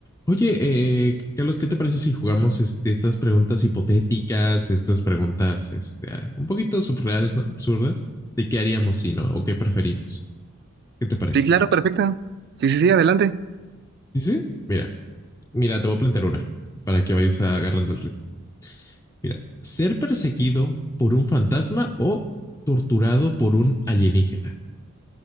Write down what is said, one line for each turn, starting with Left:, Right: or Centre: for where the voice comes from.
Left: Oye, eh, Carlos, ¿qué te parece si jugamos este, estas preguntas hipotéticas, estas preguntas este, ah, un poquito surreales, ¿no? Absurdas, de qué haríamos si no, o qué preferimos. ¿Qué te parece?
Right: Sí, claro, perfecto. Sí, sí, sí, adelante.
Left: Sí, sí. Mira, mira, te voy a plantear una para que vayas agarrando el ritmo. Mira, ser perseguido por un fantasma o torturado por un alienígena.